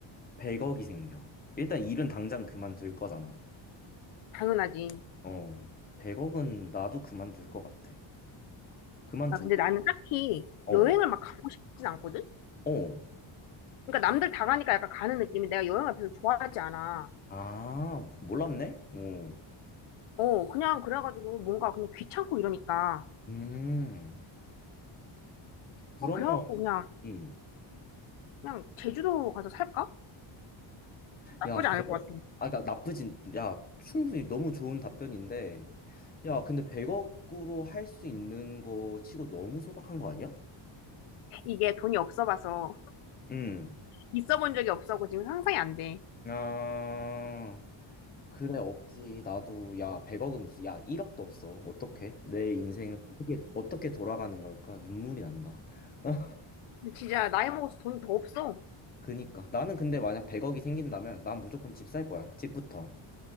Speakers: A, on the left (about 20°); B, on the left (about 85°).
A: 100억이 생겨. 일단 일은 당장 그만둘 거잖아.
B: 당연하지.
A: 어. 100억은 나도 그만둘 것 같아. 그만두고,
B: 아, 근데 나는 딱히
A: 어,
B: 여행을 막 가고 싶진 않거든?
A: 어.
B: 그러니까 남들 다 가니까 약간 가는 느낌이 내가 여행을 별로 좋아하지 않아.
A: 아, 몰랐네? 어.
B: 어, 그냥 그래가지고 뭔가 그냥 귀찮고 이러니까.
A: 음. 그러면,
B: 어, 그래갖고 그냥,
A: 음.
B: 그냥 제주도 가서 살까? 나쁘지
A: 야,
B: 않을
A: 100억.
B: 것 같아.
A: 아, 그니까 나쁘진, 야, 충분히 너무 좋은 답변인데. 야, 근데 100억으로 할 수 있는 거 치고 너무 소박한 거 아니야?
B: 이게 돈이 없어 봐서,
A: 음.
B: 있어 본 적이 없어고 지금 상상이 안 돼.
A: 아, 그래, 없지. 나도, 야, 100억은 무슨, 야, 1억도 없어. 어떡해? 내 인생은 어떻게, 어떻게 돌아가는 걸까? 눈물이 난다. <laughs>
B: 근데 진짜 나이 먹어서 돈이 더 없어.
A: 그니까. 나는 근데 만약 100억이 생긴다면 난 무조건 집 살 거야. 집부터.